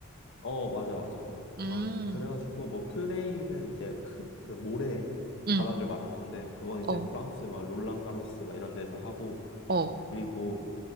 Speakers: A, on the left; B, on the right.
A: 어, 맞아, 맞아.
B: 음,
A: 막, 그래가지고, 뭐, 클레이는 이제 흙, 그 모래
B: 음,
A: 바닥을 말하는 건데, 그건 이제
B: 어,
A: 프랑스, 막, 롤랑가로스, 막, 이런 데서 하고,
B: 어.
A: 그리고